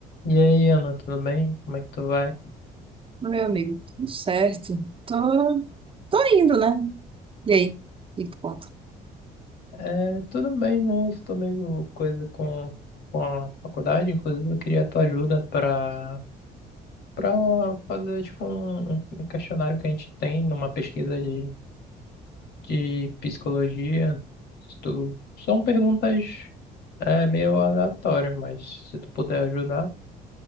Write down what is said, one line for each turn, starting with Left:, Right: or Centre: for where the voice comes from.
Left: E aí, Ana, tudo bem? Como é que tu vai?
Right: Meu amigo, tudo certo. Tô, tô indo, né? E aí? E que que tu conta?
Left: É, tudo bem, né? Eu estou meio coisa com, com a faculdade, inclusive eu queria a tua ajuda para para fazer tipo um, um questionário que a gente tem numa pesquisa de, de psicologia. Se tu- são perguntas é, meio aleatórias, mas se tu puder ajudar,